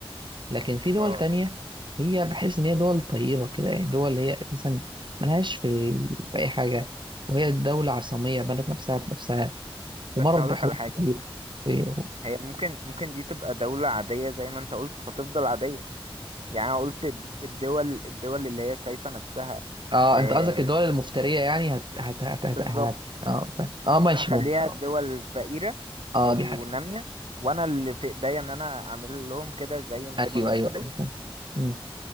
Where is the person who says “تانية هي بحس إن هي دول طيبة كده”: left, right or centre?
Right